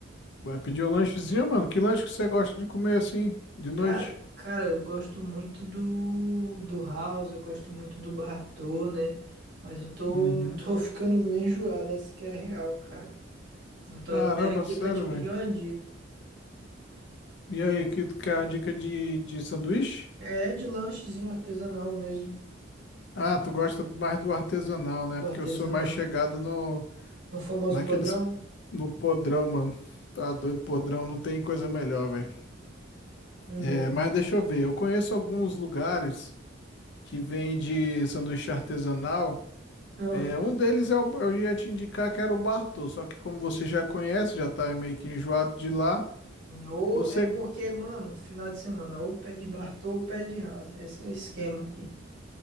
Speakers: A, on the left; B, on the right.
A: Vai pedir um lanchezinho, mano? Que lanche que você gosta de comer assim, de noite?
B: Cara, cara, eu gosto muito do, do House, eu gosto muito do Bartô, né? Mas eu tô,
A: Uhum.
B: <laughs> tô ficando meio enjoado, essa que é a real, cara. Tô
A: Caramba,
B: até aqui
A: sério,
B: pra te pedir
A: velho.
B: uma dica.
A: E aí, que tu quer uma dica de, de sanduíche?
B: É de lanchezinho artesanal mesmo,
A: Ah, tu gosta mais do artesanal, né?
B: do
A: Porque
B: artesanal.
A: eu sou mais chegado no,
B: No famoso
A: naqueles,
B: podrão.
A: no podrão, mano. Tá doido, podrão, não tem coisa melhor, velho.
B: Hum,
A: É, mas deixa eu ver, eu conheço alguns lugares que vende sanduíche artesanal.
B: não.
A: É, um deles é o, eu ia te indicar que era o Bartô, só que como você já conhece, já tá meio que enjoado de lá,
B: Ou
A: você.
B: é porque, mano, final de semana, ou pé de Bartô ou pé de Rasa. Esse é o esquema aqui.